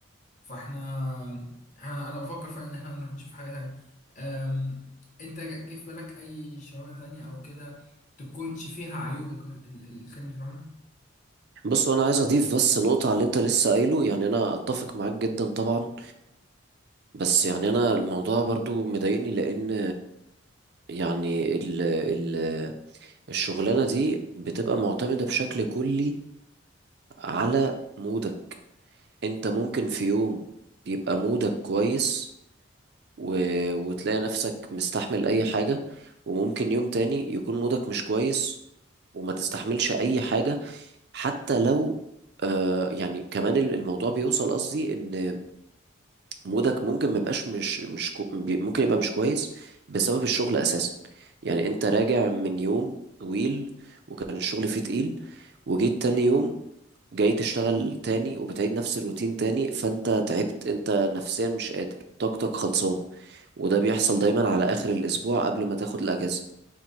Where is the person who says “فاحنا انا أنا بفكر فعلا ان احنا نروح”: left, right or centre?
Left